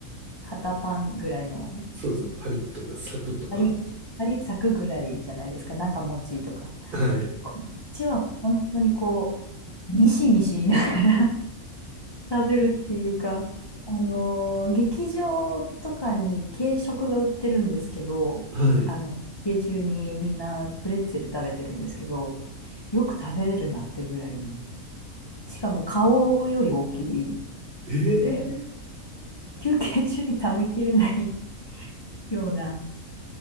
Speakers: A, on the left; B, on the right.
A: 肩パンぐらいの
B: そうですね、パリッとかサクとか。
A: 針、針咲くぐらいじゃないですか、中持ちとか。
B: はい。
A: こっちは本当にこう、ミシミシ言いながら <laughs> 食べるっていうか、あのー劇場とかに軽食が売ってるんですけど、
B: はい。
A: あの、休憩中にみんなプレッツェル食べてるんですけど、よく食べれるなってぐらい、しかも顔より大きい
B: ええ
A: ので、休憩中に食べきれないような、